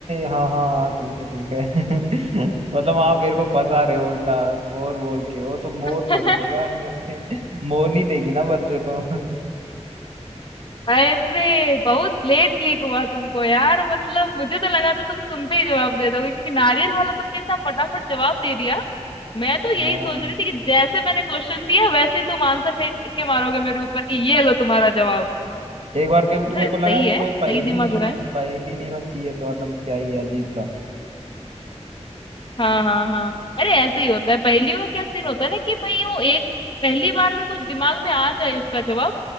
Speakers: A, on the right; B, on the left.
A: हाँ हाँ हाँ ठीक है ठीक है <laughs> मतलब आप मेरे को फंसा रहे हो उल्टा मोर बोल के वो तो मोर
B: <laughs>
A: थोड़ी देगा अंडे <laughs> मोर नहीं देगी ना बच्चे तो <laughs>
B: अरे बहुत लेट क्लिक हुआ तुमको यार मतलब मुझे तो लगा था तुम सुनते ही जवाब दे दोगे क्योंकि नारियल वाला तुमने इतना फटाफट जवाब दे दिया मैं तो यही
A: हाँ
B: सोच रही थी कि जैसे मैंने क्वेश्चन दिया वैसे ही तुम आंसर फेंक के मारोगे मेरे ऊपर कि ये लो तुम्हारा जवाब
A: एक बार के लिए तो
B: अरे
A: मेरे को
B: सही
A: लगा ये
B: है
A: कोई पहेली
B: सही दिमाग
A: नहीं
B: लगाए
A: है पहेली नहीं बनती है तो मतलब क्या ही है, अजीब था
B: हाँ हाँ हाँ अरे ऐसे ही होता है पहेलियों में क्या सीन होता है ना कि भाई वो एक पहली बार में कुछ दिमाग में आ जाए उसका जवाब